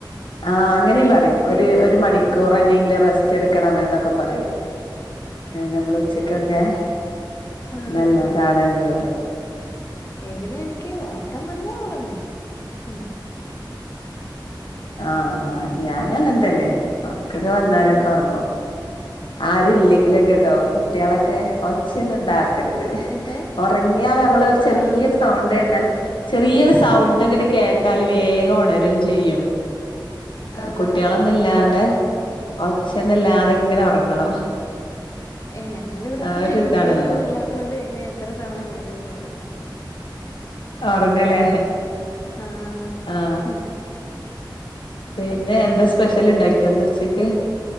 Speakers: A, on the left; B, on the left.
A: ആ അങ്ങനിം പറിം
B: ഏതിനെ
A: ഒരു
B: എനിക്ക്
A: ഒരു മണിക്കൂർ
B: ഉം
A: എന്നെങ്കിലും റസ്റ്റ് എടുക്കണം എന്നൊക്കെ ഒക്കെ പറയും നമ്മൾ ഉച്ചക്കൊക്കെ
B: ആ
A: നല്ലതാണ്
B: ഏ
A: എന്ന് പറയും
B: ഏതിനാ എനിക്ക് ഉറക്കം വന്നാ ഉറങ്ങണം ഉം
A: ആ ആ ഞാനും അങ്ങനെ തന്നെ
B: പി
A: വർക്കൊക്കെ വന്നാലൊക്കെ
B: ഉം
A: ഉറങ്ങുവ ആരല്ലെങ്കിലൊക്കെ
B: കൊ
A: കേട്ടോട് കുട്ടികളൊക്കെ ഒച്ച ഒന്നും ഉണ്ടാക്കരുത്
B: എന്തോ
A: ഉറങ്ങിയാൽ നമ്മള് ഒരു
B: ആഹ്
A: ചെറിയൊരു സൗണ്ട് കേട്ടാൽ
B: ഉം
A: ചെറിയൊരു സൗണ്ട് അങ്ങട്ട് കേട്ടാല് വേഗം ഉണരും ചെയ്യും
B: അതാ
A: കുട്ടികളൊന്നും ഇല്ലാണ്ട് ഒച്ചൊന്നുമില്ലാതെ ഇങ്ങനെ ഉറങ്ങണം
B: ഏ ഞങ്ങുടെ ഇവിടെ
A: ആ
B: പിന്നെ
A: ഒരു ഇതാണല്ലോ
B: കുട്ടികളൊന്നും ഇല്ലാത്തോണ്ട് പിന്നെ എത്ര സമയം വേണലും ഉറങ്ങാം
A: ഉറങ്ങല്ലേ
B: ആഹ്
A: ആ
B: ഉം
A: പിന്നെ എന്താ സ്പെഷ്യൽ ഇണ്ടാക്കിയന്ന് ഉച്ചക്ക്